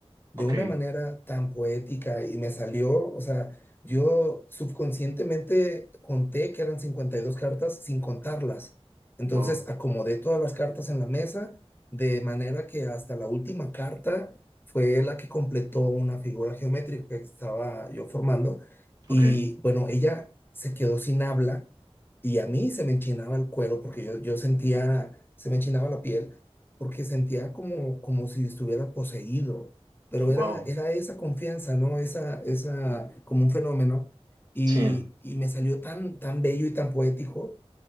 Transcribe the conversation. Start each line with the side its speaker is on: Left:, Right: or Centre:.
Left: de
Right: ok,
Left: una manera tan poética y me salió, o sea, yo subconscientemente conté que eran 52 cartas sin contarlas. Entonces
Right: wow,
Left: acomodé todas las cartas en la mesa de manera que hasta la última carta fue la que completó una figura geométrica que estaba yo formando. Y
Right: ok,
Left: bueno, ella se quedó sin habla y a mí se me enchinaba el cuero porque yo, yo sentía, se me enchinaba la piel porque sentía como, como si estuviera poseído pero
Right: wow,
Left: era, era esa confianza, ¿no? Esa, esa, como un fenómeno. Y,
Right: sí,
Left: y me salió tan, tan bello y tan poético